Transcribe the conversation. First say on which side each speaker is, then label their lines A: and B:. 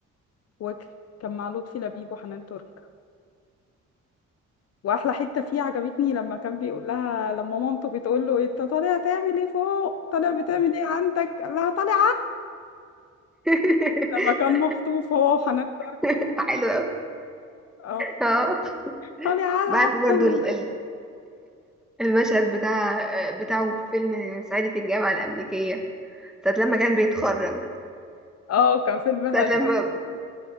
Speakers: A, on the left (about 55°); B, in the centre.
A: وكان مع لطفي لبيب وحنان ترك واحلى حته فيه عجبتني لما كان بيقول لها لما مامته بتقول له انت طالع تعمل ايه فوق طالع بتعمل ايه عندك قال لها طالع
B: <laughs>
A: لما كان مخطوف هو وحنان ترك
B: <laughs> حلو أوي.
A: اه
B: اه
A: طالع العب
B: بحب برضو
A: طالع-
B: ال- ال- المشهد بتاع بتاعه في فيلم صعيدي في الجامعة الأمريكية ساعة لما كان بيتخرج
A: اه كان فيلم
B: ساعة
A: حلو
B: لما